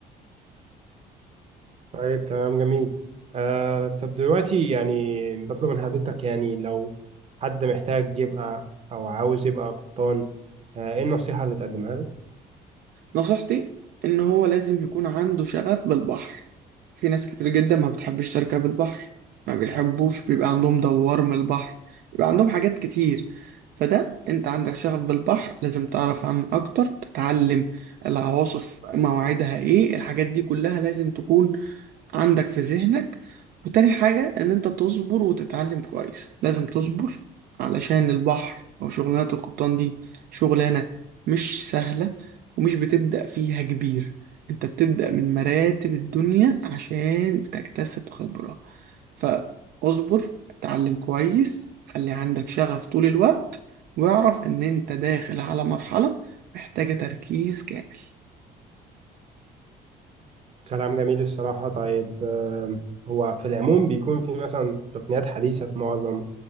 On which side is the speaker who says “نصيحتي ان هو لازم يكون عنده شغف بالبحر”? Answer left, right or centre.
Right